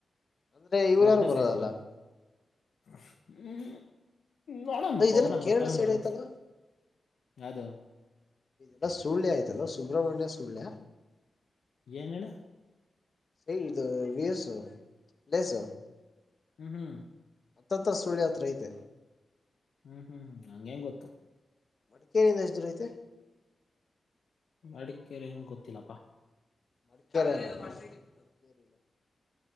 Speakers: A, on the left; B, on the left.
A: ಅಂದ್ರೆ ಇವರು
B: ಅವ್ನೊಬ್ನೇ
A: ಯಾರು ಬರೋದಲ್ಲ
B: ಸಾಯ್ತಿರೋದು ಹ್ಮ್ ನೋಡಣಪ್ಪ
A: ಇದೆಲ್ಲ
B: ಅವನ
A: ಕೇರಳ
B: ಬರ್ತಾನ
A: ಸೈಡ್
B: ಬರಲ್ಲಂತ
A: ಐತಲ್ಲ
B: ಯದು
A: ಲೋ ಸುಳ್ಯ ಆಯ್ತಲ್ಲ ಸುಬ್ರಹ್ಮಣ್ಯ ಸುಳ್ಯ
B: ಏನ್ ಹೇಳು
A: ಏ ಇದು ರೀಲ್ಸ್ ಪ್ಲೇಸ್
B: ಹ್ಮ್ ಹ್ಮ್
A: ಹತ್ತ ಹತ್ರ ಸುಳ್ಯ ಅತ್ರ ಅಯ್ತೆ
B: ಹ್ಮ್ ಹ್ಮ್ ಹ್ಮ್ ನಂಗೇನ್ ಗೊತ್ತು
A: ಮಡಿಕೇರಿಯಿಂದ ಎಸ್ಟ್ ದೋರ ಅಯ್ತೆ
B: ಮಡಿಕೇರೆ ಏನ ಗೊತ್ತಿಲ್ಲಪ್ಪಾ
A: ಮಡಿಕೇರಿ ಎಲ್ಲ ಮಡಿಕೇರಿಲ್ಲ